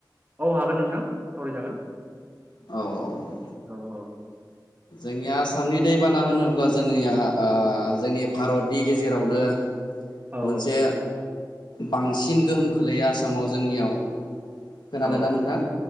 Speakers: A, on the right; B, on the left.
A: औ हागोन नोंथां सावरायजागोन
B: औ
A: औ औ
B: जोंनिया आसामनि दैबाना होनोब्ला जोंनिया ओ जोंनि भारतनि गेजेरावनो
A: औ
B: मोनसे बांसिन गोहोम खोलैयो आसामाव जोंनियाव खोनादों
A: औ
B: ना नोंथां